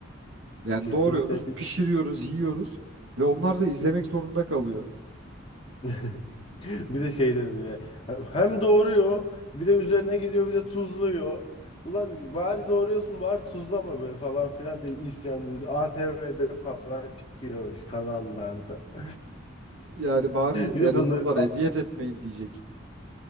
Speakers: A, on the right; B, on the left.
A: Yani
B: kesinlikle
A: doğruyoruz, pişiriyoruz, yiyoruz ve onlar da izlemek zorunda kalıyor.
B: <laughs> Bir de şey dedi ya. Hem doğuruyor, bir de üzerine gidiyor, bir de tuzluyor. Ulan bari doğuruyorsun, bari tuzlama be falan filan diye isyan dedi. ATV'de falan çıkıyor kanallarda. <laughs>
A: Yani bari
B: Bir
A: en
B: de
A: azından
B: bunları
A: eziyet etmeyin diyecek.